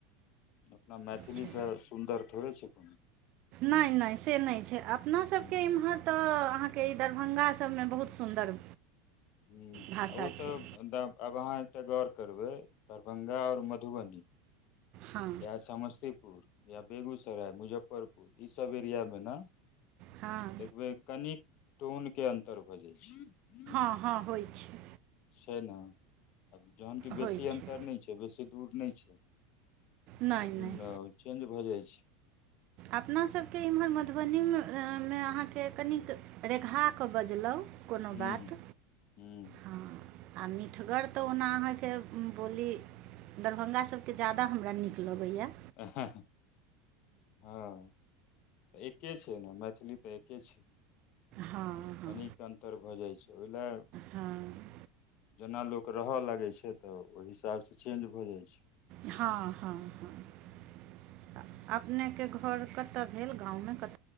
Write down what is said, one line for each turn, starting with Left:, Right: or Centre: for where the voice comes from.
Left: अपना मैथिलीसँ
Right: छै
Left: सुन्दर थोड़े छै कोनो
Right: नै नै से नै छै अपना सबके
Left: हूँ
Right: इम्हर तय अहाँके दरभांगा सबमे बहुत सुन्दर
Left: हूँ
Right: भाषा
Left: ओ तऽ
Right: छै
Left: आब अहाँ एकटा गौर करबै दरभंगा आओर मधुबनी
Right: हँ
Left: या समस्तीपुर या बेगूसराय मुजफ्फरपुर ईसब एरियामे न
Right: हँ
Left: एक बेर कनिक टोनके अन्तर भऽ जाइ छै
Right: अहाँ होइ छी
Left: छै न जहन कि
Right: होइ
Left: बेसी
Right: छै
Left: अन्तर नै छै बेसी दूर नै छै लेकिन
Right: नहि नहि
Left: चेंज भऽ जाइ छै
Right: अपनासबके एम्हर मधुबनीमे अहाँके कनिक रेगाके बजलहुँ। कोनो
Left: हूँ
Right: बात
Left: हू।
Right: हँ आ मीठगर तऽ ओना अहाँके बोली दरभंगा सभ के ज़्यादा के हमरा नीक लगैया।
Left: अहाँ हा तऽ ए के छै ने मैथिली तऽ एके छै।
Right: हँ ह
Left: कनिक अन्तर भऽ जाइ छै। ओहि लए
Right: हँ
Left: जेना लोक रहऽ लागै छै। तऽ ओहि हिसाब सँ चेंज भऽ जाइ छै।
Right: हँ हँ हँ अपने के घोर कतऽ भेल गाँव में कत